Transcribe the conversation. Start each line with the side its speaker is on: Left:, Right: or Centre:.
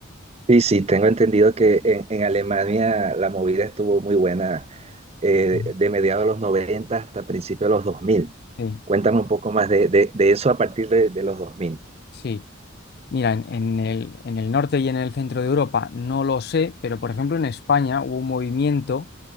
Right: Sí, sí, tengo entendido que en, en Alemania la movida estuvo muy buena eh,
Left: Ujú.
Right: de mediados de los 90 hasta principios de los dos mil
Left: Sí,
Right: Cuéntame un poco más de, de- de eso a partir de, de los dos mil
Left: sí. Mira, en, en el, en el norte y en el centro de Europa no lo sé, pero por ejemplo en España hubo un movimiento